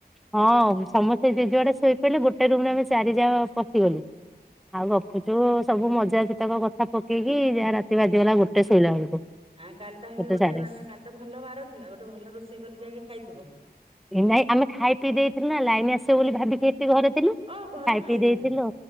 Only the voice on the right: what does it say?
ହଁ।
ଆ କାଲି ତାହେଲେ
ମାନେ କାଲି ତ ଭଲ ବାର ଥିଲା ଗୋଟେ ଭଲ ରୋଷେଇ କରିକି ଆଗେ ଖାଇଥିବ।
ଓ ଘରୁ
ଖାଇ ଦେଇଥିଲ